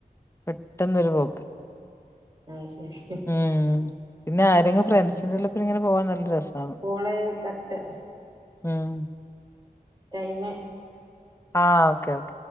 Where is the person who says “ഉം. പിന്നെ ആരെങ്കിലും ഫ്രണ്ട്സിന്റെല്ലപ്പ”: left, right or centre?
Left